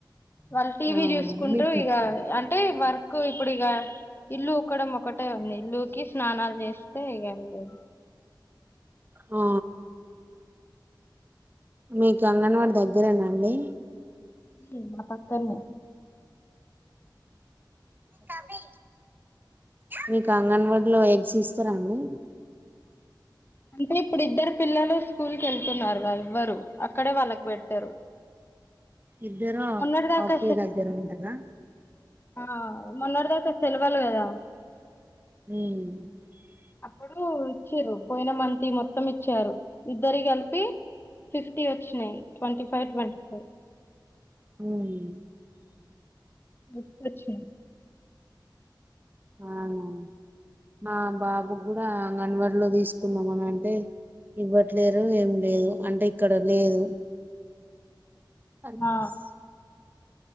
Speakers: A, on the left (about 30°); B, on the right (about 25°).
A: వాళ్ళు టీవీ
B: ఆ
A: చూసుకుంటరు
B: మీకు
A: ఇగ అంటే వర్క్ ఇప్పుడు ఇగ ఇల్లు వుకడం ఒకటే ఉంది ఇల్లుకి స్నానాలు చేస్తే ఇగ ఎం లేదు
B: ఆ మీకు అంగన్వాడి దగ్గరేనాండి
A: ఇ మా పక్కన్నే
B: క మీకు అంగన్వాడీలో ఎగ్స్ ఇస్తారాండి
A: అంటే ఇప్పుడు ఇద్దరు పిల్లలు స్కూల్ కి వెళ్తున్నారుగా ఇవ్వరు అక్కడే వాళ్ళకు పెడతారు
B: ఇద్దరు
A: మొన్నటి దాకా
B: ఒకే దగ్గర ఉంటరా
A: ఆ మొన్నటి దాకా సెలవలు కదా
B: మ్
A: అప్పుడు ఇచిర్రు పోయిన మంతియి మొత్తం ఇచ్చారు ఇద్దరియి కలిపి ఫిఫ్టీ వచ్చినాయి ట్వంటీ ఫైవ్ ట్వంటీ ఫైవ్
B: మ్
A: గుర్తొచ్చింది
B: అవునా మా బాబు కూడా అంగన్వాడిలో తీసుకుందాం అన అంటే ఇవ్వట్లేరు ఏం లేదు అంటే ఇక్కడ లేదు ఫైవ్ టైమ్స్
A: ఆ